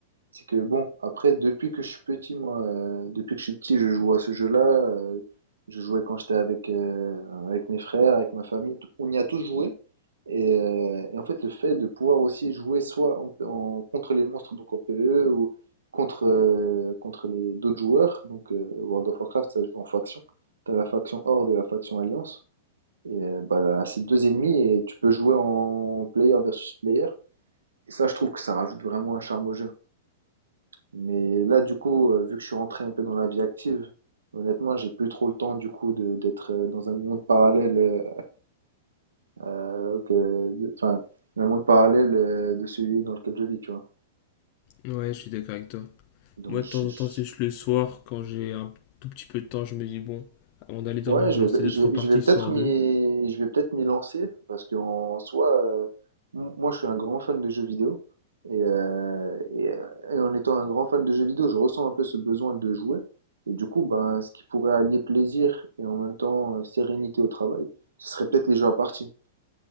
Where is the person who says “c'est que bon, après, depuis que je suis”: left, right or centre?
Right